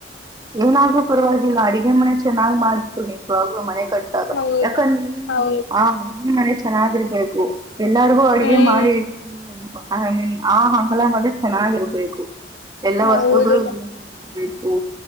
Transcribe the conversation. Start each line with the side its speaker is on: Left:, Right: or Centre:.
Right: ಏನಾದ್ೂ ಪರವಾಗಿಲ್ಲ ಅಡಿಗೆ ಮನೆ ಚೆನ್ನಾಗ್ ಮಾಡ್ಸು ನಿು ಆಲೂ ಮನೆ ಕಟ್ಟಾಗ
Left: ಹೌದು
Right: ಯಾಕಂದ್ರೆ
Left: ಹೌದು
Right: ಆ ಅಡು ಮನೆ ಚೆನ್ನಾಗಿರ್ಬೇಕು ಎಲ್ಲಾರಿಗೂ ಅಡಗೆ
Left: ಹ್ಮ್
Right: ಮಾಡಿ ಐ ಮೀನ್ ಆ ಹಮಲ ಮದೆ ಚೆನ್ನಾಗಿರ್ಬೇಕು ಎಲ್ಲ
Left: ಹೌದು
Right: ವಸ್ತುಗಳುಬೇಕು